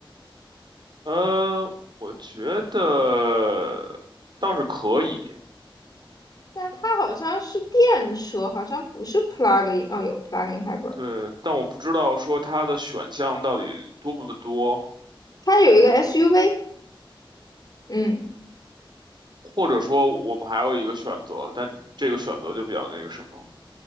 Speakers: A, on the right (about 55°); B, on the left (about 45°).
A: 呃，我觉得倒是可以。
B: 但它好像是电车，好像不是 plug-in。哦，有 plug-in hybrid，
A: 对，但我不知道说它的选项到底多不多，
B: 它有一个 SUV。嗯，
A: 或者说我们还有一个选择，但这个选择就比较那个什么。